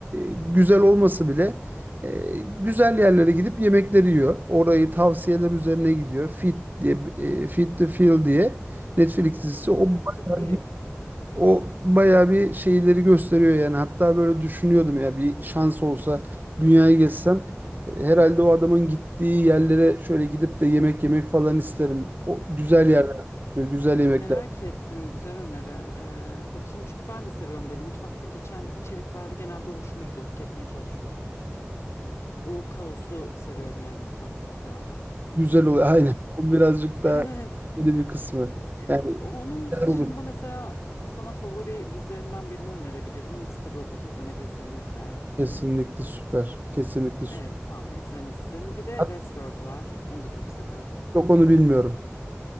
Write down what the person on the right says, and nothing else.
güzel olması bile e, güzel yerlere gidip yemekleri yiyor. Orayı tavsiyeler üzerine gidiyor. Fit diye e, Fit the Feel diye Netflix dizisi. O
bayağı
o bayağı bir şeyleri gösteriyor yani. Hatta böyle düşünüyordum ya bir şans olsa dünyayı gezsem e, herhalde o adamın gittiği yerlere şöyle gidip de yemek yemek falan isterim. O güzel
yerler,
böyle güzel yemekler,
güzel oluyor. <laughs> Aynen.
O
birazcık daha
öyle bir kısmı.
Yani
güzel
olur.
Kesinlikle süper. Kesinlikle süper.
Hatta
yok onu bilmiyorum.